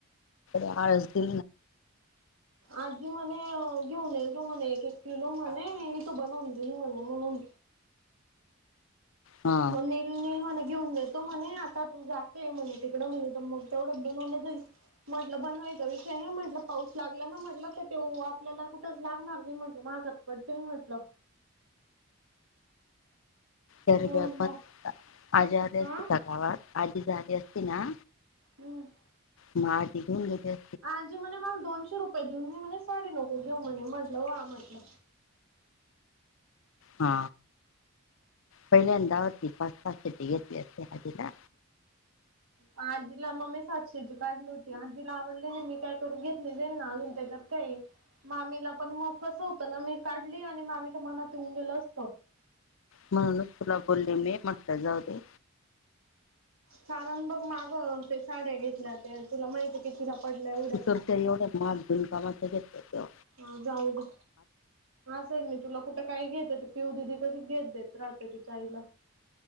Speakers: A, on the left; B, on the right.
A: आ आळस दि
B: आजी म्हणे घेऊन येलो म्हणे एक एक किलो म्हणे हिथ बनवून घेल म्हणे म्हणून
A: हा
B: म्हणून एक ती म म्हणे घेऊन येतो म्हणे आता तू जाते म्हणे तिकडं म्हणे तर मग तेवढंच बनवलं जाईल म्हटलं बनवायचा विषय नाही म्हटलं पाऊस लागला ना म्हटलं तर तेव आपल्याला कुठंच लागणार नाही म्हटलं मागात <unintelligible> म्हटलं.
A: तर
B: मग
A: म
B: मग
A: आजी आदी असते
B: हा
A: का गावात आजीजली असती ना
B: हम्म.
A: मग आजी घेऊन घेते.
B: आजी म्हणे मला दोनशे रुपये देऊन मी म्हणजे साडे नऊे घेऊ म्हणे म्हटलं वा म्हटलं.
A: हा पहिल्यांदा <unintelligible> होती पाच पाचती घेतली असते आजीला.
B: आजीला मग मी सातशेची काढली होती आजीला आवडली नाही मी काय करू घेतले जाईल ना अजून त्याच्यात काय मामीला पण मग कस होतं ना मी काढली आणि मामीच्या मनातून गेलो असत.
A: म्हणूनच तुला बोलले मी म्हटलं जाऊ दे.
B: सारण बघ मागं, ते साड्या घेतल्या होत्या, तुला माहिती कीतीला पडल्या एवढ्या.
A: तू तर त्या एवढ्या महाग बिनकामाच्या घेतल्या होत्या.
B: हा जाऊ दे. आसं ही मी तुला कुठे काय घेते पिऊ दिदि कशी घेत देत राहते तिच्या आईला?